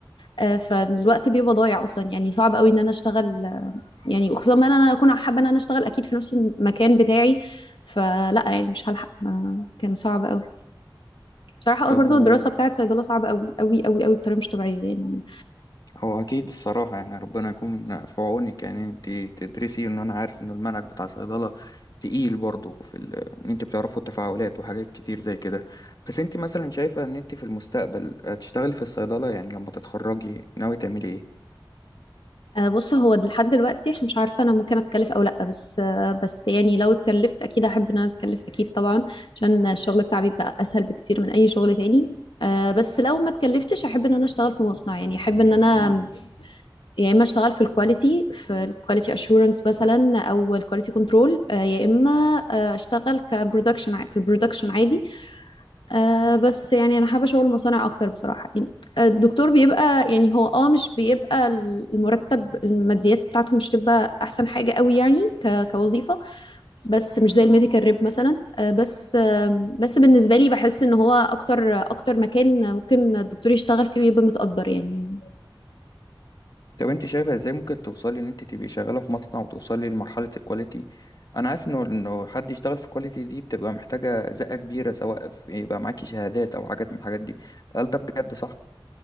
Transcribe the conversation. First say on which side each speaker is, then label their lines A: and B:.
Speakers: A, on the left (about 75°); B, on the left (about 50°).
A: آه، فالوقت بيبقى ضايع أصلا يعني صعب قوي إن أنا أشتغل آه، يعني وخصوصا ما أنا أكون حابة إن أنا أشتغل أكيد في نفس المكان بتاعي فلا يعني مش هلحق ما- كان صعب قوي بصراحة
B: طب
A: برضو
B: و...
A: الدراسة بتاعت صيدلة صعبة قوي قوي قوي قوي بطريقة مش طبيعية يعني
B: هو اكيد الصراحه يعني ربنا يكون في عونك يعني انت تدرسي ان انا عارف ان المنهج بتاع صيدله تقيل برضه في ال... ان انت بتعرفوا التفاعلات وحاجات كتير زي كده بس انت مثلا شايفه ان انت في المستقبل هتشتغلي في الصيدله يعني لما تتخرجي ناوي تعملي ايه
A: آه، بص هو لحد دلوقتي احنا مش عارفه انا ممكن اتكلف او لا بس آه، بس يعني لو اتكلفت اكيد احب ان انا اتكلف اكيد طبعا عشان الشغل بتاعي بيبقى اسهل بكتير من اي شغل تاني آه، بس لو ما اتكلفتش احب ان انا اشتغل في مصنع يعني احب ان انا يا اما اشتغل في الكواليتي في الكواليتي اشورنس مثلا او الكواليتي كنترول يا اما آه، اشتغل كبرودكشن ع- في البرودكشن عادي آه بس يعني انا حابه شغل المصانع اكتر بصراحه يعني آه، الدكتور بيبقى يعني هو اه مش بيبقى المرتب الماديات بتاعته مش تبقى احسن حاجه قوي يعني ك كوظيفه بس مش زي الميديكال ريب مثلا آه بس آه بس بالنسبه لي بحس ان هو اكتر اكتر مكان ممكن الدكتور يشتغل فيه ويبقى متقدر يعني
B: طب انت شايفه ازاي ممكن توصلي ان انت تبقي شغاله في مصنع وتوصلي لمرحله الكواليتي انا عارف انه انه حد يشتغل في الكواليتي دي بتبقى محتاجه زقه كبيره سواء في يبقى معاكي شهادات او حاجات من الحاجات دي هل ده بجد صح